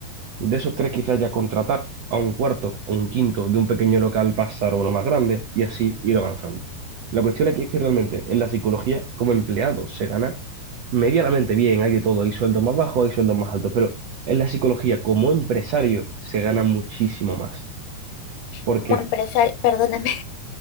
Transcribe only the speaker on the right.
De esos tres quizás ya contratar a un cuarto o un quinto de un pequeño local pasar a uno más grande y así ir avanzando. La cuestión aquí es que realmente en la psicología como empleado se gana medianamente bien, hay de todo, hay sueldos más bajos, hay sueldos más altos, pero en la psicología como empresario se gana muchísimo más. Porque,